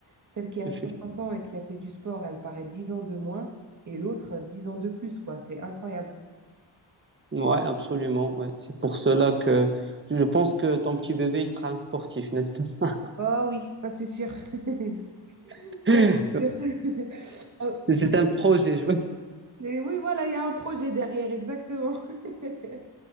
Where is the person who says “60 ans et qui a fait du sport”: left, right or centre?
Right